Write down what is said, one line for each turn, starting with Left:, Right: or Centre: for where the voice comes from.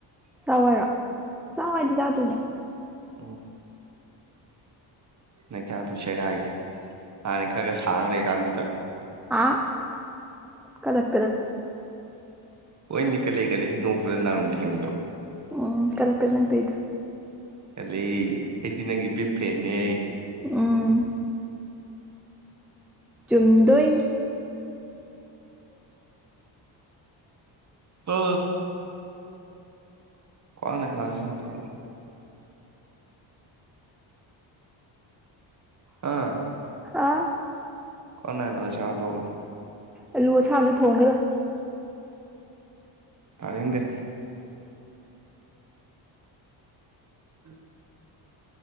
Centre: ꯆꯥꯎ ꯍꯤꯏꯔꯣ ꯆꯋꯥꯎ ꯍꯥꯏꯗꯦ ꯆꯥꯗꯣꯏꯅꯦ
Right: ꯎꯝ ꯅ ꯀꯌꯥꯇꯣ ꯇꯁꯦꯒꯒꯦ ꯍꯥꯟꯅ ꯈꯔ ꯈꯔ ꯁꯥꯡꯅ ꯂꯩꯀꯥꯟꯗꯨꯗ
Centre: ꯑ ꯀꯂꯛ
Right: ꯍꯣꯏꯅꯤ ꯀꯂꯦ ꯀꯦ ꯅꯣꯡ ꯅ ꯅꯥꯔꯨꯝ ꯊꯦꯡꯕꯗꯣ
Centre: ꯎꯝ ꯀꯂꯥꯜ ꯇꯥꯅꯥ ꯅꯪ ꯇꯧꯔꯤꯗꯤ
Right: ꯑꯗꯩ ꯑꯩꯗꯤ ꯅꯪꯒꯤꯕꯤꯞ ꯐ꯭ꯔꯦꯅꯦ
Centre: ꯎꯝ ꯆꯨꯝꯗꯣꯏꯅꯤ
Right: ꯑ ꯀꯅ ꯍꯥꯏ ꯃꯥꯁꯤꯅ ꯇ ꯑꯥ
Centre: ꯑꯥ
Right: ꯀꯅꯥ ꯃꯥ ꯆꯔ ꯇꯧꯂꯣ
Centre: ꯑꯂꯨ ꯑꯁꯥꯕꯁꯨ ꯊꯣꯡꯒꯦꯗ
Right: ꯇꯥꯅꯤꯡꯅꯤꯡꯗꯦ ꯎꯝ